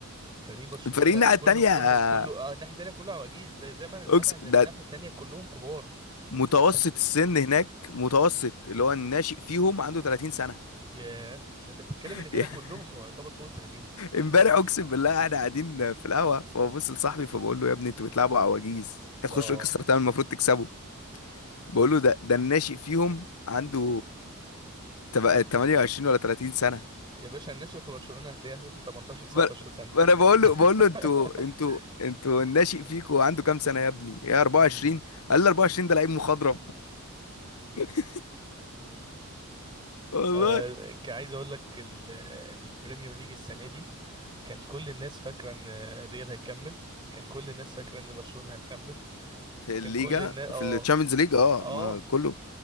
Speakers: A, on the right; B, on the left.
A: فريق برشلونه
B: الفريق الناحيه
A: كله
B: التانيه
A: كله
B: آه،
A: كله اه الناحيه التانيه كله عواجيز زي زي ما انا سامع
B: اقسم
A: ان الناحيه
B: ده
A: التانيه كلهم كبار
B: متوسط
A: بس انت
B: السن هناك متوسط اللي هو الناشئ فيهم عنده 30 سنه
A: ياه ده انت بتتكلم
B: <laughs>
A: ان كده كلهم يعتبر فوق ال 30
B: امبارح اقسم بالله احنا قاعدين في القهوه فببص لصاحبي فبقول له يا ابني انتوا بتلعبوا عواجيز هتخشوا
A: اه
B: اكسترا تايم المفروض تكسبوا بقول له ده ده الناشئ فيهم عنده تبقى 28 ولا 30 سنة
A: يا باشا الناشئ في برشلونه هتلاقيه اساسا 18 19
B: ب-
A: سنه
B: ما انا بقول
A: <laughs>
B: له بقول له انتوا انتوا انتوا الناشئ فيكوا عنده كام سنة يا ابني؟ يا 24
A: امم
B: قال لي 24 ده لعيب مخضرم <laughs> والله
A: آه، ك- عايز اقول لك ال- البريميوم ليج السنه دي كان كل الناس فاكره ان الريال هيكمل كان كل الناس فاكره ان برشلونه هتكمل
B: في الليجا
A: كان كل الناس اه
B: في الشامبيونز ليج اه
A: اه
B: ما كله